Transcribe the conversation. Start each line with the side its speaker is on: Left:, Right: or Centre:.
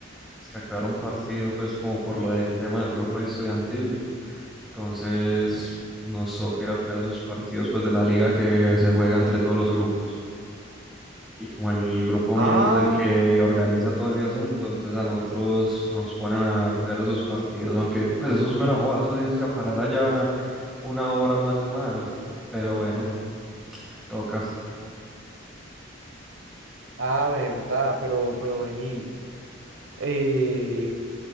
Centre: Es que a cuidar un partido, pues, como por lo del tema del grupo ahí estudiantil. Entonces, nos toca ir a cuidar esos partidos, pues, de la liga que se juega entre todos los grupos. Y como el grupo
Right: Ah,
Centre: mío es el que organiza todo ese asunto, entonces a nosotros nos ponen a cuidar esos partidos, aunque pues eso es mera boba, eso es irse a parar allá una hora no hacer nada, pero bueno, toca.
Right: ah, verdad, pero, pero vení. Eh,